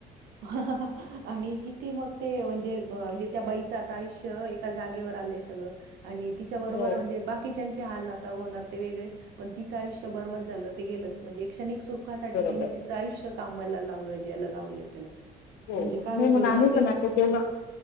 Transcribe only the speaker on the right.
ह. आणि किती मग ते म्हणजे म्हणजे त्या बाईचं आता आयुष्य एका जागेवर आलंय सगळं. आणि तिच्याबरोबर
म्हणजे बाकीच्यांचे हाल आता होणार ते वेगळेच पण तिं आयुष्य बर्वाद झालं ते गेलंच म्हणजे कषणिक सुखासाठी
तिने तिं आयुष कामाला लावलं म्हजे याला लावलंय त्याला
म्हणजे काय
उपयोग
तेच